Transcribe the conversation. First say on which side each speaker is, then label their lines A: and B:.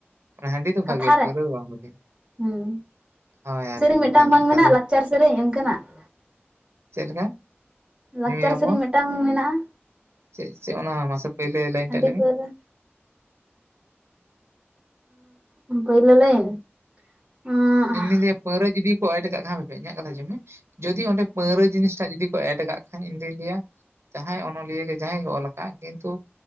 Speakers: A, on the right; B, on the right.
A: ᱢᱟᱱᱮ ᱦᱟᱺᱰᱤ ᱫᱚ
B: ᱠᱟᱛᱷᱟ
A: ᱵᱷᱟᱜᱮᱭᱟ
B: ᱨᱮ
A: ᱯᱟᱹᱣᱨᱟᱹ ᱫᱚ ᱵᱟᱝ ᱵᱷᱟᱜᱮᱭᱟ
B: ᱦᱩᱸ ᱾
A: ᱦᱳᱭ ᱟᱨᱠᱤ
B: ᱥᱮᱨᱮᱧ ᱢᱤᱫᱴᱟᱝ
A: ᱢᱟᱱᱮ
B: ᱵᱟᱝ ᱢᱮᱱᱟᱜᱼᱟ,
A: ᱠᱟᱛᱷᱟ
B: ᱞᱟᱠᱪᱟᱨ ᱥᱮᱨᱮᱧ ᱤᱱᱠᱟᱹᱱᱟᱜ ᱾
A: ᱪᱮᱫ ᱞᱮᱠᱟ?
B: ᱞᱟᱠᱪᱟᱨ
A: ᱧᱩᱭᱟᱵᱚᱱ
B: ᱥᱮᱨᱮᱧ ᱢᱤᱫᱴᱟᱝ ᱢᱮᱱᱟᱜᱼᱟ
A: ᱪᱮᱜ ᱪᱮᱜ ᱚᱱᱟ ᱢᱟᱥᱮ ᱯᱟᱭᱞᱟ ᱞᱟᱭᱤᱱ
B: ᱦᱟᱺᱰᱤ
A: ᱴᱮᱜ ᱞᱟᱹᱭ
B: ᱯᱟᱹᱣᱨᱟᱹ
A: ᱢᱮ ᱾
B: ᱩᱸᱜ ᱯᱟᱹᱭᱞᱟᱹ ᱞᱟᱹᱭᱤᱱ? ᱦᱮᱸ
A: ᱤᱧᱫᱩᱧ ᱞᱟᱹᱭᱟ ᱯᱟᱹᱣᱨᱟᱹ ᱡᱩᱫᱤ ᱠᱚ ᱮᱰ ᱠᱟᱜ ᱠᱷᱟᱱ ᱦᱟᱯᱮ ᱤᱧᱟᱜ ᱠᱟᱛᱷᱟ ᱟᱸᱡᱚᱢ ᱢᱮ ᱡᱩᱫᱤ ᱚᱸᱰᱮ ᱯᱟᱹᱣᱟᱹ ᱡᱤᱱᱤᱥ ᱴᱟᱜ ᱡᱩᱫᱤ ᱮᱰ ᱠᱟᱜ ᱼᱼ ᱠᱷᱟᱡ ᱤᱧᱫᱩᱧ ᱞᱮᱭᱟ ᱡᱟᱦᱟᱸᱭ ᱚᱱᱚᱞᱤᱭᱟᱹ ᱜᱮ ᱡᱟᱦᱟᱸᱭ ᱜᱮ ᱚᱞ ᱟᱠᱟᱜ ᱠᱤᱱᱛᱩ